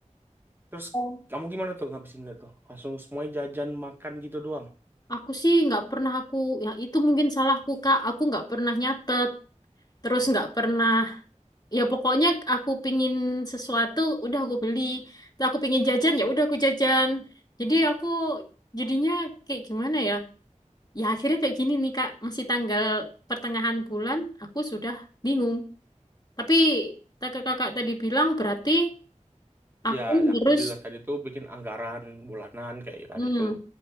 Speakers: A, on the right; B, on the left.
A: Terus
B: Oh.
A: kamu gimana tuh ngabisinnya tuh Langsung semuanya jajan makan gitu doang.
B: Aku sih nggak pernah aku, ya itu mungkin salahku, Kak. Aku nggak pernah nyatet. Terus nggak pernah, ya pokoknya aku pingin sesuatu, udah aku beli. Terus aku pingin jajan, ya udah aku jajan. Jadi aku jadinya kayak gimana ya? Ya akhirnya kayak gini nih Kak, masih tanggal pertengahan bulan aku sudah bingung. Tapi kakak kakak tadi bilang berarti aku
A: Ya, yang
B: harus
A: aku bilang tadi tuh bikin anggaran bulanan kayak tadi
B: hmm,
A: tuh.